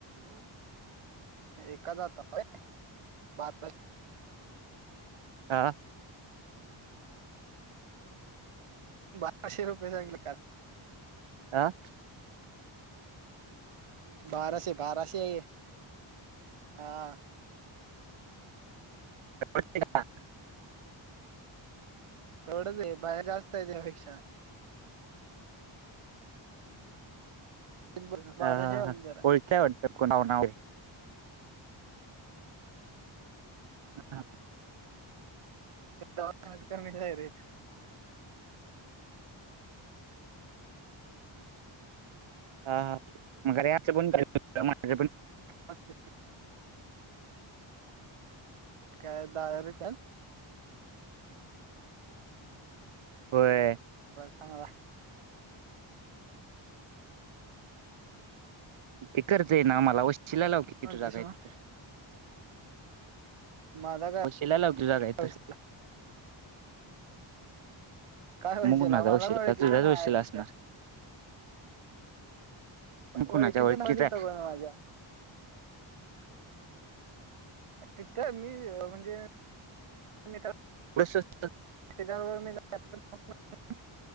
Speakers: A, on the right; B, on the right.
A: एकादाताय बार
B: आा
A: बाराशे रुपये चांगले का
B: आह.
A: बाराशे बाराशे ते हा.
B: वते का.
A: तेवड दे बाया जास्त आहे त्यापेक्षा तेच बरं बाराशे
B: ह हा
A: आहे
B: ह
A: बरं
B: कोळचय वाट नव न. ह.
A: दवाखत कमीच आहे रेट.
B: हा म रें पण पण.
A: ह. काय दहा रुपये
B: होय.
A: ठांला
B: ते करत आहे ना आम्हाला अवश शिलायलाव क
A: म्हणतीस
B: किटू जागाय
A: मग
B: तर
A: माझा काय
B: हो शिलायलाती जागा आहे
A: विषय
B: तर
A: कायशेला
B: मग कुणाचा
A: आ मला
B: वशिला
A: बळकीच
B: तुझ्याच
A: नाही
B: वशिला
A: आहे
B: असणार
A: तिथं
B: मग कुणाच्या
A: वळी किच
B: ओळखीचा
A: वाजीेत
B: आहे
A: को वाज तिथ मी म्हणजे म.
B: थोडं स्वस्त
A: हजार रप म.